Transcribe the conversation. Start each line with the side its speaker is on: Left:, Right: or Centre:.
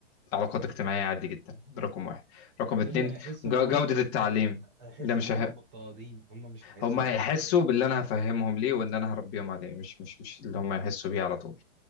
Left: علاقات اجتماعية عادي جدا ده رقم واحد رقم
Right: يا
Left: اتنين
Right: ابني هيحسوا
Left: جو-
Right: ان هم
Left: جودة
Right: م...
Left: التعليم
Right: هيح- هيحسوا
Left: ده مش
Right: ان هم مضطهدين هم مش هيحسوا
Left: هم هيحسوا
Right: ان هم مضطهدين
Left: باللي انا هفهمهم ليه وان انا هربيهم عليه مش مش مش اللي هم هيحسوا بيه على طول